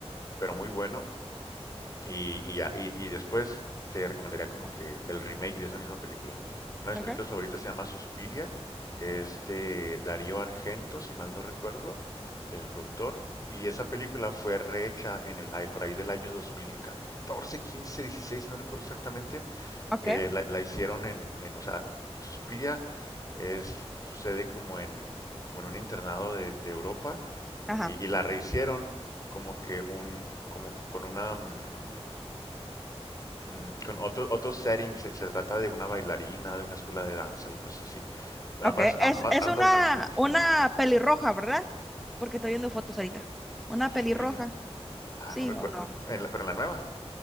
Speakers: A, on the left; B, in the centre.
A: pero muy bueno. Y, y ya, y, y después te recomendaría como que el remake de esa misma película. Una de mis
B: okay
A: películas favoritas se llama Suspiria, es de Darío
B: Sí.
A: Argento, si mal no recuerdo, el productor, y esa película fue rehecha en el, ahí- por ahí del año 2014, 15, 16, no recuerdo exactamente,
B: Ok,
A: eh, la, la hicieron en, en, o sea, Suspiria es, sucede como en, como en un internado de, de Europa,
B: ajá.
A: y, y la rehicieron como que un, como con una... mm, Mm, con otro, otro setting, se, se trata de una bailarina, de una escuela de danza y cosas así. Ambas,
B: Ok, es,
A: ambas,
B: es
A: ambas
B: una,
A: versiones.
B: una pelirroja, ¿verdad? Porque estoy viendo
A: Mm,
B: fotos ahorita. Una pelirroja,
A: Suspiria. Ah,
B: sí
A: no recuerdo.
B: o no.
A: En la- pero en la nueva,